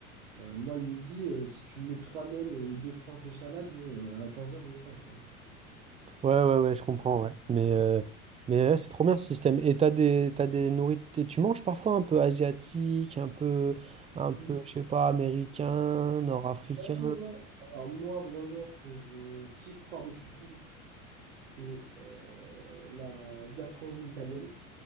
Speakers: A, on the right; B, on the right.
A: euh, moi le midi, euh, si tu me mets trois nems et deux franges de salade, bon, euh, à 15h, j'ai faim, quoi.
B: Ouais, ouais, ouais, je comprends, ouais. Mais, euh, mais ouais, c'est trop bien ce système. Et t'as des, t'as des nourritures. Tu manges parfois un peu asiatique, un peu, un peu,
A: Mais,
B: je sais pas, américain, nord-africain.
A: ah ouais. Alors moi, vraiment, ce que je kiffe par-dessus tout, c'est euh, la gastronomie italienne.